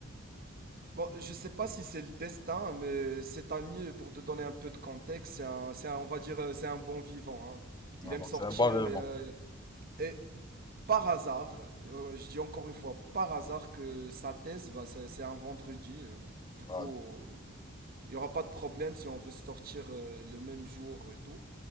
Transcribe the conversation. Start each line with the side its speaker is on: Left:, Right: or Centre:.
Right: Bon, je sais pas si c'est le destin, mais cet ami, pour te donner un peu de contexte, c'est un, c'est un- on va dire, euh, c'est un bon vivant, hein. Il
Left: Ah,
Right: aime
Left: donc
Right: sortir
Left: c'est un bon élément.
Right: et, euh, et, par hasard, euh, je dis encore une fois, par hasard que sa thèse, bah, c'est c'est un vendredi. euh, du coup,
Left: Ah,
Right: euh, il n'y aura pas de problème si on veut sortir euh, le même jour et tout.